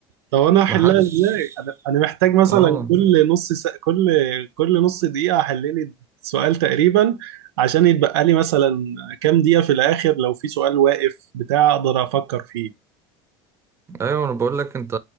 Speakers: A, on the right; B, on the right.
A: طب انا هحلها
B: ما حدش
A: ازاي؟ انا انا محتاج مثلا
B: اه
A: كل نص سا... كل كل نص دقيقة احل لي سؤال تقريبا عشان يتبقى لي مثلا كام دقيقة في الاخر لو في سؤال واقف بتاع اقدر افكر فيه
B: ايوه انا بقول لك انت